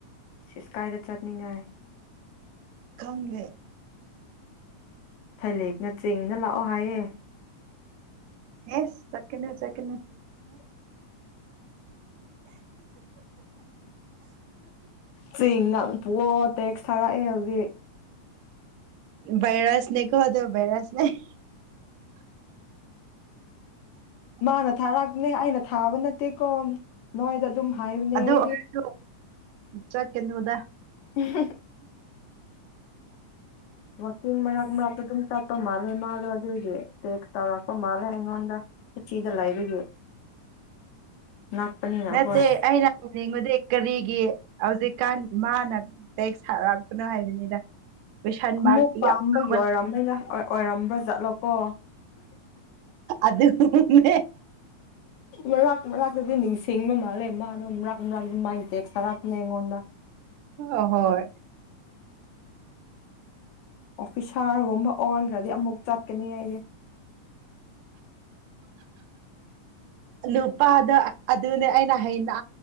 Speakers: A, on the left; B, on the right.
A: ꯏꯁ ꯀꯥꯏꯗ ꯆꯠꯅꯤꯡꯉꯥꯏ
B: ꯈꯪꯗꯦ
A: ꯊꯥꯏꯂꯦꯛꯅ ꯆꯦꯡꯅ ꯂꯥꯛꯑꯣ ꯍꯥꯏꯌꯦ
B: ꯍꯦꯁ ꯆꯠꯀꯅꯨ ꯆꯠꯀꯅꯨ
A: ꯆꯦꯡ ꯉꯛꯄꯑꯣꯠ ꯇꯦꯛꯁ ꯊꯥꯔꯛꯑꯦ ꯍꯧꯖꯤꯛ
B: ꯕꯥꯏꯔꯁꯅꯦꯀꯣ ꯑꯗꯣ ꯕ ꯩꯔꯁ ꯑꯦ
A: ꯃꯥꯅ ꯊꯥꯔꯛꯞꯅꯦ ꯑꯩꯅ ꯊꯥꯕ ꯅꯠꯇꯦꯀꯣ ꯅꯣꯏꯗ ꯑꯗꯨꯝ ꯍꯥꯏꯏꯕꯅꯦ
B: ꯑꯗꯨ
A: ꯑꯩꯗꯤ
B: ꯑꯣꯏꯔꯁꯨ ꯆꯠꯀꯅꯨꯗ
A: <unintelligible> <inaudible> ꯋꯥꯛꯀꯤꯡ ꯃꯔꯛ ꯃꯔꯛꯇ ꯑꯗꯨꯝ ꯆꯠꯄ ꯃꯥꯜꯂꯦ ꯃꯥꯗꯣ ꯑꯗꯨꯒꯤ ꯇꯦꯛꯁ ꯇꯧꯔꯛꯄ ꯃꯥꯜꯂꯦ ꯑꯩꯉꯣꯟꯗ ꯏꯊꯤꯗ ꯂꯩꯕꯒꯤ ꯅꯛꯄꯅꯤꯅ
B: ꯅꯠꯇꯦ
A: ꯍꯣꯏ
B: ꯑꯩꯅ ꯎꯅꯤꯡꯕꯗꯤ ꯀꯔꯤꯒꯤ ꯍꯧꯖꯤꯛꯀꯥꯟ ꯃꯥꯅ ꯇꯦꯛꯁ ꯊꯔꯛꯄꯅꯣ ꯍꯥꯏꯕꯅꯤꯗ ꯀꯣꯏꯁꯟ
A: ꯑꯃꯨꯛ
B: ꯃꯥꯔꯛ
A: ꯄꯥꯝꯕꯒꯤ
B: ꯌꯥꯝ ꯆꯥꯎꯕ
A: ꯑꯣꯏꯔꯝꯅꯤꯗ ꯑꯣꯏꯔꯝꯕ꯭ꯔꯥ ꯖꯥꯠꯂꯣꯀꯣ
B: ꯑꯗꯨꯨꯅꯦ
A: ꯃꯔꯛ ꯃꯅꯥꯛꯇꯗꯤ ꯅꯤꯡꯁꯤ ꯁꯤꯡꯕ ꯃꯥꯜꯂꯦ ꯃꯥꯗꯣ ꯃꯥꯔꯛ ꯃꯥꯔꯛꯃ ꯇꯦꯛꯁ ꯊꯥ ꯔꯛꯑꯝꯅꯦ ꯑꯩꯉꯣꯟꯗ
B: ꯑ ꯍꯣꯏ
A: ꯑꯣꯐꯤꯁꯔ ꯇꯨꯝꯕ ꯑꯣꯟꯈ꯭ꯔꯗꯤ ꯑꯃꯨꯛ ꯆꯠꯀꯅꯤ ꯑꯩꯗꯤ
B: ꯅꯨꯄꯥꯗ ꯑꯗꯨꯅꯦ ꯑꯩꯅ ꯍꯩꯅ